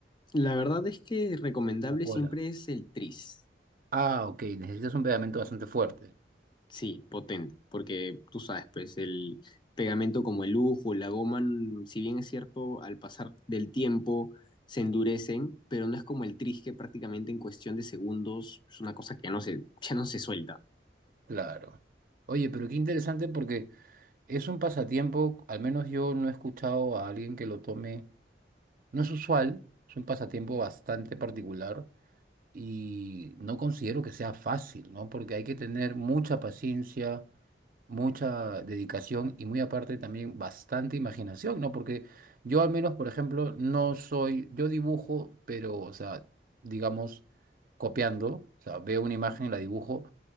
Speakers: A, on the left; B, on the right.
A: La verdad es que recomendable
B: O cola
A: siempre es el tris.
B: Ah, ok, necesitas un pegamento bastante fuerte.
A: Sí, potente, porque tú sabes, pues el pegamento como el lujo, la goma, n- si bien es cierto, al pasar del tiempo se endurecen, pero no es como el tris que prácticamente en cuestión de segundos es una cosa que no se, <laughs> ya no se suelta,
B: Claro. Oye, pero qué interesante porque es un pasatiempo, al menos yo no he escuchado a alguien que lo tome, no es usual, es un pasatiempo bastante particular y no considero que sea fácil, ¿no? Porque hay que tener mucha paciencia, mucha dedicación y muy aparte también bastante imaginación, ¿no? Porque yo al menos, por ejemplo, no soy, yo dibujo, pero, o sea, digamos, copiando, o sea, veo una imagen y la dibujo,